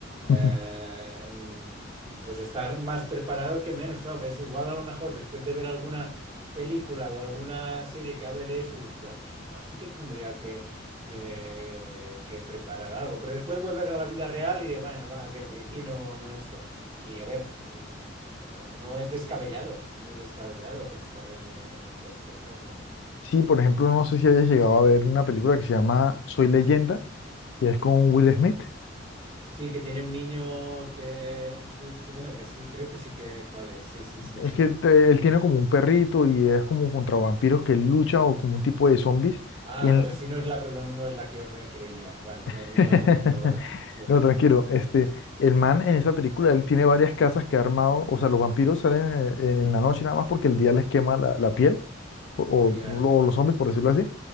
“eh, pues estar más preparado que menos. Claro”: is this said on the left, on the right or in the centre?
Right